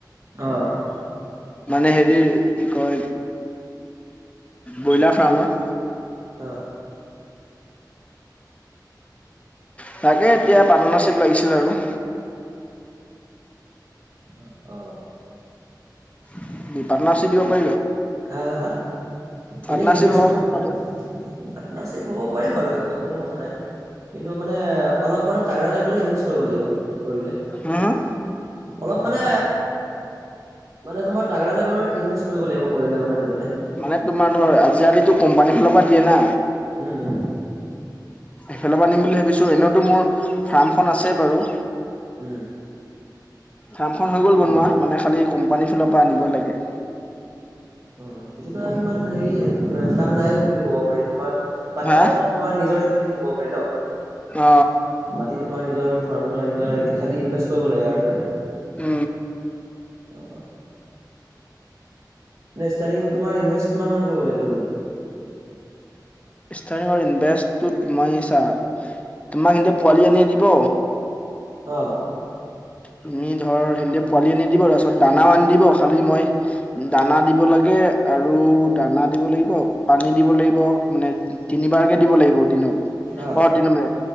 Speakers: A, on the right; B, on the left.
A: অ',
B: মানে হেৰি কি কয় ব্ৰইলাৰ ফাৰ্মৰ
A: অ
B: তাকে এতিয়া পাৰ্টনাৰশ্বিপ লাগিছিল আৰু।
A: অ', অ'।
B: <unintelligible> পাৰ্টনাৰশ্বিপ দিব পাৰিবা?
A: আ হা হা হা,
B: পাৰ্টনাৰশ্বিপ
A: এনে ইনভেষ্ট
B: হ'ব
A: কিমান পাৰ্টনাৰশ্বিপ হ'ব পাৰিম বাৰু কোনো কথা নাই, কিন্তু মানে অলপ মানে তাগৰা ফুলে ইনভেষ্ট কৰিব লাগিব কৰিলে।
B: হাঁ, হাঁ?
A: অলপ মানে মানে তোমাৰ তাগৰা লেভেলৰ ইনভেষ্ট কৰিব লাগিব কৰিলে মানে <unintelligible>
B: মানে তোমাৰ ধৰ আজিকালিতো কোম্পানী ফালৰ পৰা দিয়ে না।
A: উম
B: সেইফালৰ পৰা আনিম বুলি ভাবিছো এনেওতো মোৰ ফাৰ্মখন আছে বাৰু।
A: উম
B: ফাৰ্মখন হৈ গ'ল বনোৱা মানে খালী কোম্পানী ফালৰ পৰা আনিবই লাগে।
A: অ', তেতিয়াতো আৰু ইমান হেৰি কাম নাই বুলি ক'ব পাৰি তোমাৰ। মাটি
B: হা
A: চাটি চব কমায় নিজৰে বুলি ক'ব পাৰি ন।
B: আ,
A: মাটি তোমাৰ নিজৰ ফাৰ্মটো আৰু নিজৰ হেৰিটো খালী ইনভেষ্ট কৰিব লাগে আৰু খালী
B: উ।
A: অ, নে ষ্টাৰটিং তোমাৰ ইনভেষ্ট কিমানমান কৰিব লাগিব দুজনে?
B: তাৰেই হ'ল ইনভেষ্টটো তোমাই চা, তোমাক সিনতে পোৱালি আনি দিব
A: অ',
B: তুমি ধৰ সেতি পোৱালি আনি দিব, তাৰপিছত দানাও আনি দিব, খালি মই দানা দিব লাগে আৰু দানা দিব লাগিব পানী দিব লাগিব মানে তিনিবাৰকে দিব লাগিব দিনত।
A: অ
B: অহ' তিননে